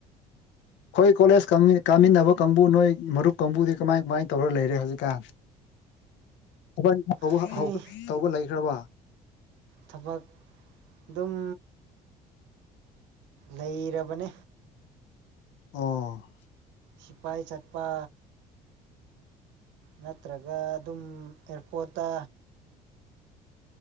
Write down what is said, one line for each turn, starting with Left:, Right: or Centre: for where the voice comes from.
Left: ꯈꯣꯏ ꯀꯣꯂꯦꯖ ꯀꯥꯃꯤꯟ ꯀꯥꯃꯤꯟꯅꯕ ꯀꯥꯡꯕꯨ ꯅꯣꯏ ꯃꯔꯨꯞ ꯀꯥꯡꯕꯨꯗꯤ ꯀꯃꯥꯏ ꯀꯃꯥꯏꯅ ꯇꯧꯔ ꯂꯩꯔꯦ ꯍꯧꯖꯤꯛꯀꯥꯟ <unintelligible>
Right: ꯑꯩꯈꯣꯏ
Left: ꯍꯧ ꯇꯧꯕ ꯂꯩꯈ꯭ꯔꯕ
Right: ꯊꯕꯛ ꯗꯨꯝ ꯂꯩꯔꯕꯅꯦ
Left: ꯑꯣ
Right: ꯁꯤꯄꯥꯏ ꯆꯠꯄ ꯅꯠꯇ꯭ꯔꯒ ꯑꯗꯨꯝ ꯑꯦꯌꯔꯄꯣꯠꯇ